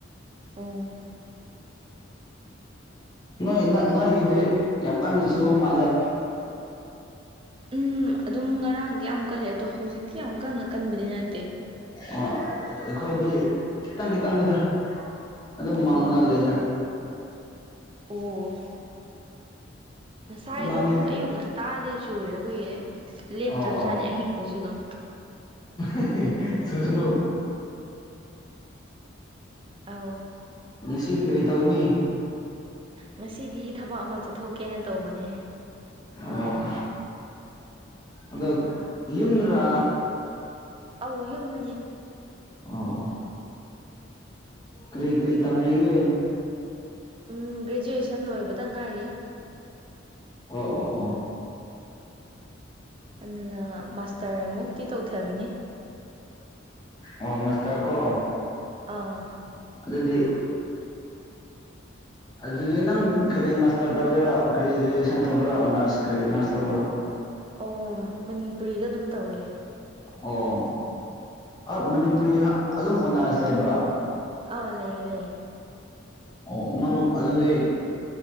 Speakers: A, on the right; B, on the left.
A: ꯎꯝ
B: ꯅꯣꯏ ꯅꯣꯏꯒꯤꯗꯤ ꯌꯥꯝ ꯀꯟꯅ ꯆꯨꯕ ꯃꯥꯜꯂꯦ
A: ꯎꯝ ꯑꯗꯨꯝ ꯉꯔꯥꯡꯗꯤ ꯌꯥꯝ ꯀꯜꯂꯦ ꯑꯗꯣ ꯍꯧꯖꯤꯛꯇꯤ ꯌꯥꯝ ꯀꯟꯅ ꯀꯟꯕꯗꯤ ꯅꯠꯇꯦ
B: ꯑꯣ ꯑꯩꯈꯣꯏꯗꯤ ꯈꯤꯇꯪ ꯈꯤꯇꯪꯅꯤꯗ ꯑꯗꯨꯝ
A: ꯑꯣ
B: ꯃꯥꯡꯉꯒ ꯂꯩꯗ
A: ꯑꯣ ꯉꯁꯥꯏ ꯑꯗꯨꯝ
B: ꯅꯪꯗꯤ
A: ꯑꯌꯨꯛ ꯉꯟꯇꯥꯗꯩ ꯆꯨꯔꯦ ꯑꯩꯈꯣꯏꯒꯤꯗꯤ ꯂꯦꯞꯇ꯭ꯔꯕꯖꯥꯠꯅꯤ
B: ꯑꯣ
A: ꯑꯍꯤꯡꯗꯁꯨ ꯑꯗꯨꯝ
B: <unintelligible> ꯆꯨꯖꯅꯣ
A: ꯑꯧ
B: ꯉꯁꯤꯗꯤ ꯀꯔꯤ ꯇꯧꯒꯅꯤ
A: ꯉꯁꯤꯗꯤ ꯊꯕꯛ ꯑꯃ ꯆꯠꯊꯣꯛꯀꯦꯅ ꯇꯧꯕꯅꯦ
B: ꯑꯣ ꯑꯗꯣ ꯌꯨꯗꯔꯥ
A: ꯑꯧ ꯌꯨꯝꯅꯅꯦ
B: ꯑꯣ ꯑꯣ ꯀꯔꯤ ꯀꯔꯤ ꯇꯝꯔꯤꯒꯦ
A: ꯎꯝ ꯒ꯭ꯔꯦꯖꯨꯑꯦꯁꯟ ꯂꯣꯏꯕꯗ ꯉꯥꯏꯔꯤ
B: ꯑꯣ ꯑꯣ ꯑꯣ
A: ꯑꯗꯨꯅ ꯃꯥꯁꯇꯔꯃꯨꯛꯇꯤ ꯇꯧꯊꯒꯤꯅꯤ
B: ꯑꯣ ꯃꯥꯁꯇꯔ ꯀꯣ
A: ꯑꯧ
B: ꯑꯗꯨꯗꯤ ꯑꯗꯨꯗꯤ ꯅꯪ ꯀꯔꯤ ꯃꯥꯁꯇꯔ ꯇꯧꯒꯦꯔꯣ ꯀꯔꯤ ꯒ꯭ꯔꯦꯖꯨꯋꯦꯁꯟ ꯇꯧꯕꯔꯣ ꯑꯣꯅꯔꯁ ꯀꯔꯤ ꯅꯔꯁ ꯂꯧꯕ꯭ꯔꯣ
A: ꯑꯣ ꯃꯅꯤꯄꯨꯔꯤꯗ ꯑꯗꯨꯝ ꯇꯧꯋꯦ
B: ꯑꯣ ꯑꯥ ꯃꯅꯤꯄꯨꯔꯤ ꯑꯗꯨꯝ ꯑꯣꯅꯔꯁ ꯂꯩꯕ꯭ꯔꯣ
A: ꯑꯥ ꯂꯩꯌꯦ ꯂꯩꯌꯦ
B: ꯑꯣ ꯅꯪ ꯑꯗꯨꯗꯤ